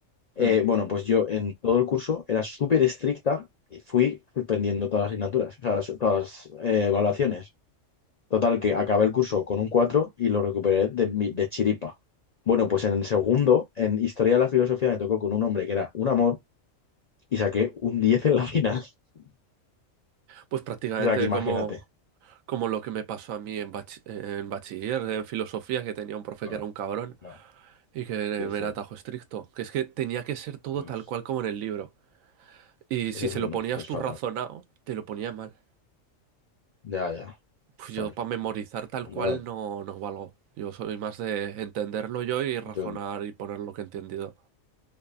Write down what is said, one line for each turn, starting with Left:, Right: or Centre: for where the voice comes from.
Left: Eh,
Right: Mm.
Left: bueno, pues yo en todo el curso era súper estricta y fui suspendiendo todas las asignaturas, o sea, las- todas las eh, evaluaciones. Total, que acabé el curso con un 4 y lo recuperé de, mi- de chiripa. Bueno, pues en el segundo, en Historia de la Filosofía, me tocó con un hombre que era un amor y saqué un 10 en la final. <laughs>
Right: Pues prácticamente
Left: O sea, que imagínate.
Right: como... Como lo que me pasó a mí en, bach- en bachiller, en filosofía, que tenía un profe
Left: Claro,
Right: que era un cabrón
Left: claro.
Right: y que
Left: Sí,
Right: me
Left: sí.
Right: era tajo estricto. Que es que tenía que ser todo
Left: Eso
Right: tal
Left: es,
Right: cual como en el libro. Y
Left: eso
Right: si
Left: es
Right: se
Left: un-
Right: lo ponías
Left: es
Right: tú
Left: fatal.
Right: razonado, te lo ponía mal.
Left: Ya, ya.
Right: Pues yo
Left: Joder,
Right: para memorizar tal
Left: pues
Right: cual
Left: nada,
Right: no, no valgo. Yo soy más de entenderlo yo y razonar
Left: yo
Right: y poner lo que he entendido.